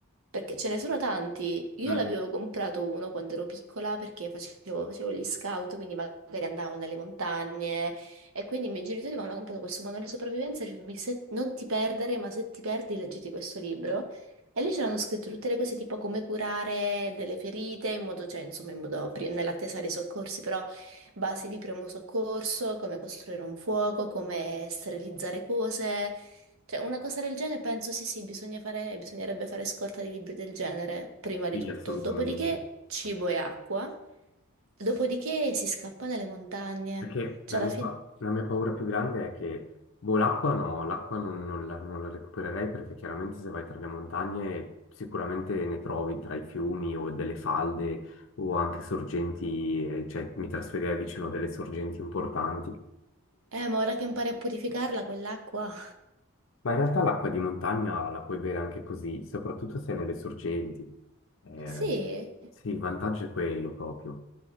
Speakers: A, on the right; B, on the left.
A: Perché ce ne sono tanti. Io
B: Mm,
A: l'avevo comprato uno quando ero piccola perché facevo, facevo gli scout, quindi magari andavo nelle montagne e quindi i miei genitori mi hanno comprato questo manuale di sopravvivenza e dicevano, "Mi se- non ti perdere, ma se ti perdi, leggiti questo libro. E lì c'erano scritte tutte le cose tipo come curare delle ferite in modo, cioè insomma in modo, pri- nell'attesa dei soccorsi, però basi di primo soccorso, come costruire un fuoco, come sterilizzare cose, cioè una cosa del genere penso sì sì, bisogna fare, bisognerebbe fare scorta di libri del genere prima
B: sì,
A: di tutto,
B: assolutamente.
A: dopodiché cibo e acqua, dopodiché si scappa nelle montagne,
B: Perché
A: cioè
B: la
A: alla
B: mia,
A: fine,
B: pa- la mia paura più grande è che, boh, l'acqua no, l'acqua non, non la, non la recupererei perché chiaramente se vai tra le montagne sicuramente ne trovi tra i fiumi o delle falde o anche sorgenti, eh, cioè mi trasferirei vicino a delle sorgenti importanti.
A: eh ma ora che impari a purificarla quell'acqua,
B: Ma in realtà l'acqua di montagna la puoi bere anche così, soprattutto se nelle sorgenti. Eh,
A: <laughs> sì,
B: sì, il vantaggio è quello proprio